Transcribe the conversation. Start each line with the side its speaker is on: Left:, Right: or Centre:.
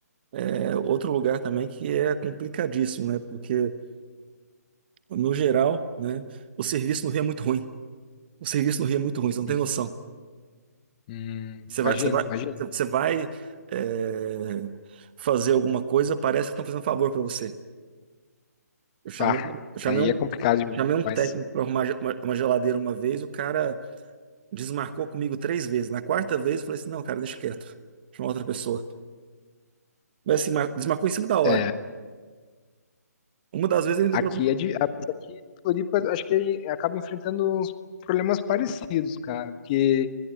Right: É outro lugar também que é complicadíssimo, né? Porque, no geral, né, o serviço no Rio é muito ruim. O serviço no Rio é muito ruim, você não tem
Left: Hum,
Right: noção.
Left: hum,
Right: Você
Left: imagino,
Right: vai, você vai,
Left: imagino.
Right: você vai, é, fazer alguma coisa, parece que estão fazendo um favor para você. Eu chamei,
Left: Ah,
Right: eu chamei
Left: aí
Right: um,
Left: é complicado
Right: chamei um
Left: demais.
Right: técnico para arrumar ge- uma, uma geladeira uma vez, o cara desmarcou comigo três vezes. Na quarta vez, eu falei assim: não, cara, deixa quieto, chama outra pessoa. Mas assim, mar- desmarcou em cima da hora.
Left: É,
Right: Uma das vezes ele
Left: Aqui
Right: ainda
Left: é de, a mesa aqui em Floripa, acho que acaba enfrentando uns problemas parecidos, cara, porque